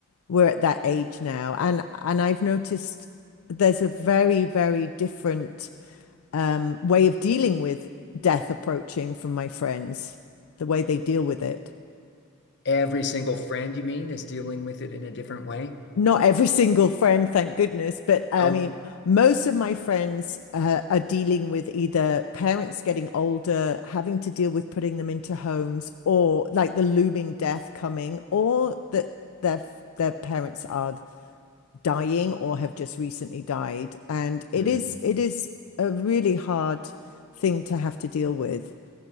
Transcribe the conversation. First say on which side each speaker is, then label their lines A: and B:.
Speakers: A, on the left; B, on the left.
A: we're at that age now and and I've noticed there's a very very different um way of dealing with death approaching from my friends the way they deal with it
B: Every single friend, you mean, is dealing with it in a different way?
A: not every <laughs> single friend thank goodness but I
B: Oh,
A: mean most of my friends uh, are dealing with either parents getting older having to deal with putting them into homes or like the looming death coming or that their their parents are dying or have just recently died. And it
B: hmm.
A: is it is a really hard thing to have to deal with.